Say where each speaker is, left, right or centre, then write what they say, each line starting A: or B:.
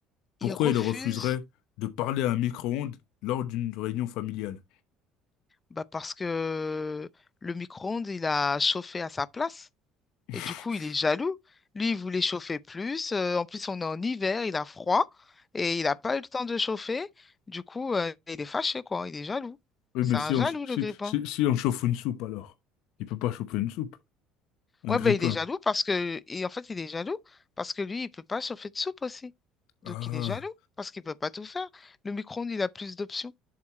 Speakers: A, on the left; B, on the left.
A: Pourquoi
B: il refuse
A: il refuserait de parler à un micro-ondes lors d'une réunion familiale?
B: Bah parce que le micro-ondes, il a chauffé à sa place
A: <laughs>
B: et du coup, il est jaloux. Lui, il voulait chauffer plus. Euh, en plus, on est en hiver, il a froid et il n'a pas eu le temps de chauffer. Du coup, euh, il est fâché, quoi. Il est jaloux.
A: Oui,
B: C'est
A: mais
B: un
A: si
B: jaloux,
A: on, si,
B: le grippin.
A: si, si on chauffe une soupe, alors. Il peut pas chauffer une soupe. Un
B: Ouais,
A: grippin.
B: bah, il est jaloux parce que... Et en fait, il est jaloux parce que lui, il peut pas chauffer de soupe aussi. Donc,
A: Ah,
B: il est jaloux parce qu'il peut pas tout faire. Le micro-ondes, il a plus d'options.